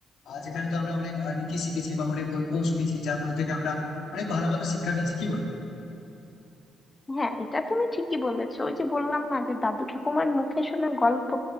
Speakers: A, on the left (about 70°); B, on the left (about 20°).
A: আর যেখানে তো আমরা অনেক আহ, নীতি শিখেছি বা অনেক গল্প শুনেছি যার মধ্যে থেকে আমরা অনেক ভালো ভালো শিক্ষা নিয়েছি কি বলেন
B: হ্যাঁ এটা তুমি ঠিকই বলেছো ওই যে বললাম না যে দাদু ঠাকুমার মুখে শোনা গল্প